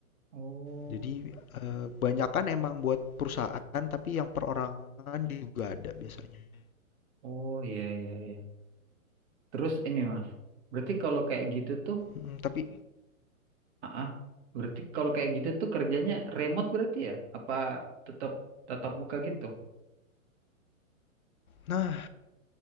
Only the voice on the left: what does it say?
Jadi eh, banyakan emang buat perusahaan tapi yang perorangan juga ada biasanya.
Mm, tapi
nah